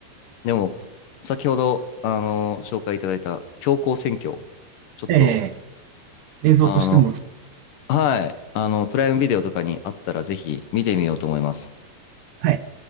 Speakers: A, on the left (about 70°); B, on the right (about 70°).
A: でも、先ほど、あの、紹介いただいた、強行選挙。ちょっと、
B: ええ、映像としても美しい。
A: あの、はい。あの、プライムビデオとかにあったら、ぜひ見てみようと思います。
B: はい。